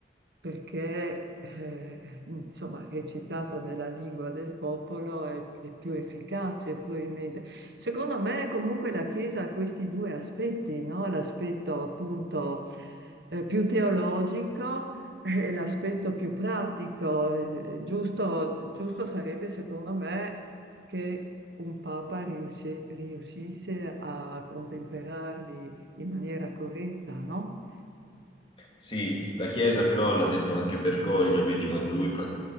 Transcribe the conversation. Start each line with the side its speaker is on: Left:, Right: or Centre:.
Right: Perché, eh, insomma, recitata nella lingua del popolo è, è più efficace, probabilmente. Secondo me, comunque, la Chiesa ha questi due aspetti, no? L'aspetto appunto eh, più teologico è l'aspetto più pratico. eh, Giusto, giusto sarebbe, secondo me, che un Papa riusci- riuscisse a contemperarli in maniera corretta, no?
Left: Sì, la Chiesa però l'ha detto anche Bergoglio, vedi, quando lui, pra-